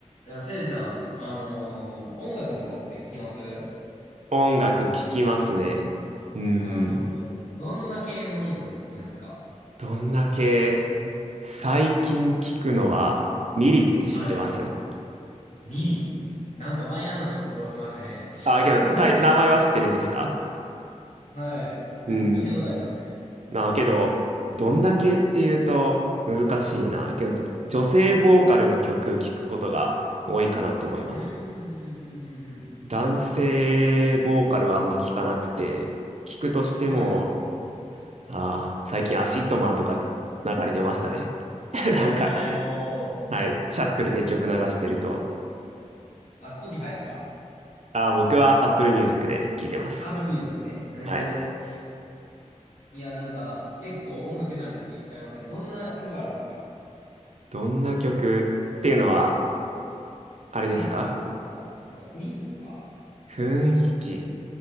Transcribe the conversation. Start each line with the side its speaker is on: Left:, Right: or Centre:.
Left: いや、せいさん、あのー音楽とかって聞きます
Right: 音楽聴きますね。うーん。
Left: あのーどんな系の音楽が好きなんですか
Right: どんだけ、最近聴くのは、ミリって知ってます
Left: はい。
Right: <laughs>
Left: ミリ。なんかマイナーなところ来ましたね。
Right: あ、けど、
Left: <laughs>
Right: たい名前は知ってるんですか
Left: はい。なんか聞いたことありますね。
Right: うん。なあ、けど、どんだけっていうと難しいな。けど、じ女性ボーカルの曲聞くことが多いかなって思います。
Left: うーん。
Right: 男性ボーカルはあんま聞かなくて、聞くとしても、
Left: はい。
Right: ああ、最近アシッドマンとか流れてましたね。<laughs>
Left: あー。
Right: なんか、はい。シャッフルで曲流してると、
Left: あ、s p ティファイですか
Right: あー、僕は Apple Music で聴いてます。
Left: アップルミュージックで。えー。
Right: はい。
Left: いや、なんか、結構音楽ジャンル違いますね。どんな曲あるんですか
Right: どんな曲っていうのは、あれですか
Left: タイトルとか、なんか雰囲気とか。
Right: 雰囲気。